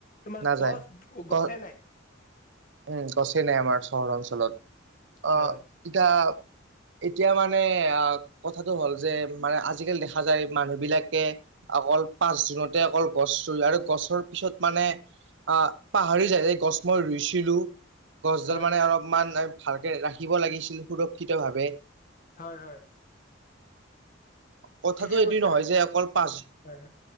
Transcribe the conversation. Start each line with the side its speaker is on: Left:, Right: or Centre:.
Left: তোমাৰ
Right: নাযায়
Left: গছ
Right: গ
Left: গছে নাই।
Right: উম গছে নাই আমাৰ চহৰ অঞ্চলত আহ
Left: হয়
Right: এতিয়া এতিয়া মানে আহ কথাটো হ'ল যে মানে আজিকালি দেখা যায় মানুহ বিলাকে অকল পাঁচ জুনতে অকল গছ ৰুই আৰু গছৰ পিছত মানে আহ পাহৰি যায় এই গছ মই ৰুইছ- ছিলো, গছডাল
Left: হয়
Right: মানে অলপমান ভালকে ৰাখিব লাগিছিল, সুৰক্ষিতভাৱে
Left: হয় হয়।
Right: কথাতটো
Left: ঠিকে
Right: এইটো
Left: কৈছা
Right: নহয় যে অকল পাঁচ
Left: হয়